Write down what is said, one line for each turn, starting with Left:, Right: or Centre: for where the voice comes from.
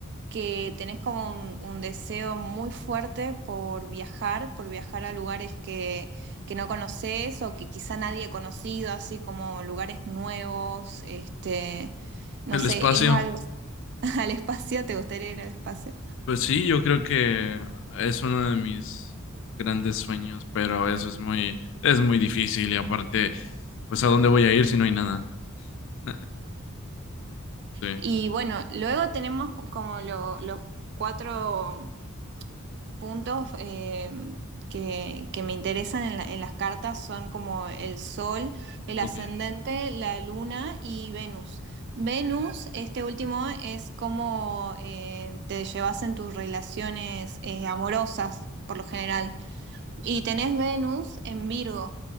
Right: que tenés como un, un deseo muy fuerte por viajar, por viajar a lugares que, que no conoces o que quizá nadie ha conocido, así como lugares nuevos, este, no
Left: El
Right: sé,
Left: espacio,
Right: es algo. <laughs> al espacio, ¿te gustaría ir al espacio?
Left: pues sí, yo creo que es uno de mis grandes sueños, pero eso es muy, es muy difícil y aparte, pues ¿a dónde voy a ir si no hay nada? <laughs> Sí,
Right: Y bueno, luego tenemos como lo- los cuatro puntos eh, que, que me interesan en, la- en las cartas, son como el Sol, el
Left: ok,
Right: ascendente,
Left: ok.
Right: la Luna y Venus. Venus, este último, es cómo eh, te llevas en tus relaciones eh, amorosas, por lo general. Y tenés Venus en Virgo,